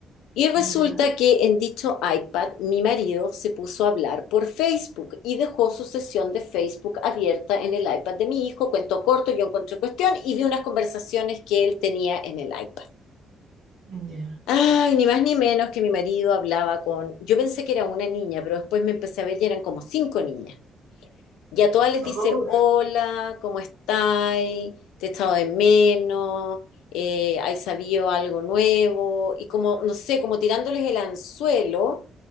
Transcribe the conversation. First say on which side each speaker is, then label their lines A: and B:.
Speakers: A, on the left (about 80°); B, on the right (about 75°).
A: Y resulta
B: ya,
A: que en dicho iPad mi marido se puso a hablar por Facebook y dejó su sesión de Facebook abierta en el iPad de mi hijo. Cuento corto, yo encontré cuestión y vi unas conversaciones que él tenía en el iPad.
B: ya.
A: Ay, ni más ni menos que mi marido hablaba con... Yo pensé que era una niña, pero después me empecé a ver y eran como cinco niñas. Y a todas les
B: Oh,
A: dice, hola, ¿cómo estáis? Te he echado de menos, eh, ¿hay sabido algo nuevo? Y como, no sé, como tirándoles el anzuelo